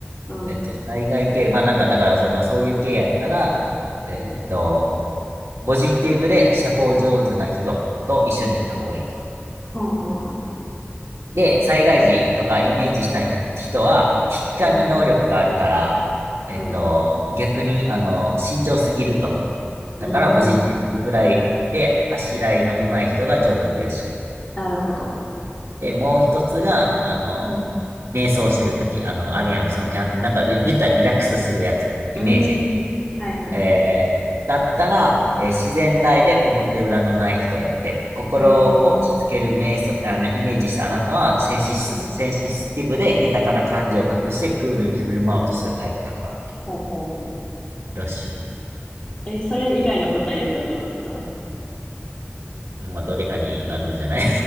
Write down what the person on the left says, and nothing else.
あー、
うん、
ほうほうほう。
うん、
うん。
うーん
なるほど。
うん。
うーん。
はいはいは
い。へえ。
うん。ほうほうほ
う。え、それ以外の答え言ったらどうなってたの